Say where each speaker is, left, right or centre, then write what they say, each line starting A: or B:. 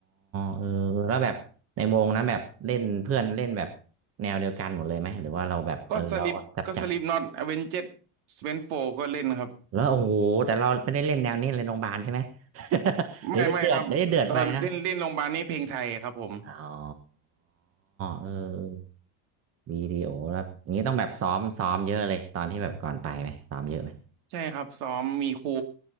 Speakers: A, on the right; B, on the right.
A: เออแล้วแบบในวงนะแบบเล่นเพื่อนเล่นแบบแนวเดียวกันหมดเลยไหมหรือว่าเราแบบเออเราจับจับ
B: ก็สลิปก็สลิปน็อตอเวนเจ็ดสเวนโฟก็เล่นครับ
A: แล้วโอ้โหแต่เราไม่ได้เล่นแนวนี้เลยโรงพยาบาลใช่ไหม <laughs>
B: ไม่ไม่ครับตอนเล่นเล่นโรงพยาบาลนี่เพลงไทยครับผม
A: เดี๋ยวจะเดือดเดี๋ยวจะเดือดไปนะอ๋อเออ วิดีโอแบบนี้ต้องแบบซ้อมซ้อมเยอะเลยตอนที่แบบก่อนไปไหมซ้อมเยอะไหม
B: ใช่ครับซ้อมมีครู